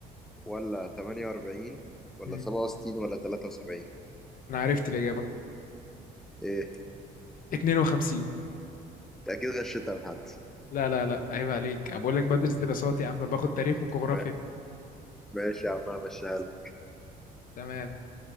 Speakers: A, in the centre; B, on the left.
A: ولا 48 ولا
B: مم.
A: 67 ولا 73
B: انا عرفت الاجابه
A: ايه
B: 52
A: انت اكيد غشيتها من حد
B: لا لا لا عيب عليك انا بقول لك بدرس دراسات يا عم باخد تاريخ وجغرافيا
A: ما- ماشي يا عم همشيها لك
B: تمام